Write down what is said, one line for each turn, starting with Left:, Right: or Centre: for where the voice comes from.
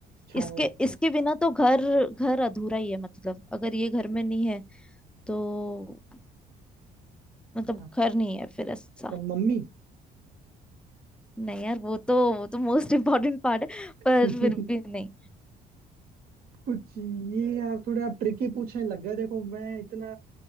Right: छा,
Centre: इसके इसके बिना तो घर घर अधूरा ही है मतलब अगर ये घर में नहीं है तो मतलब
Right: था,
Centre: घर नहीं है फिर ऐसा
Right: मम्मी
Centre: नहीं यार वो तो वो तो मोस्ट इम्पोर्टेंट पार्ट है पर
Right: <laughs>
Centre: फिर भी नहीं
Right: कुछ ये यार थोड़े आप ट्रिकी पूछने लग गए देखो मैं इतना